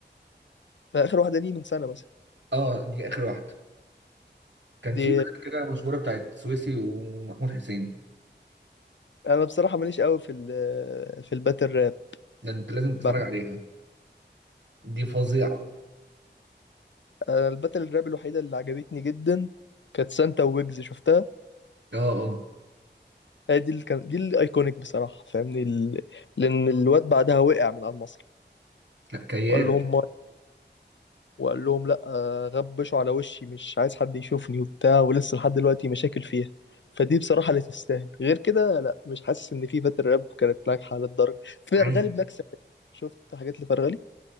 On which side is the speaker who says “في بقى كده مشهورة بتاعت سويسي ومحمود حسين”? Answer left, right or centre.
Right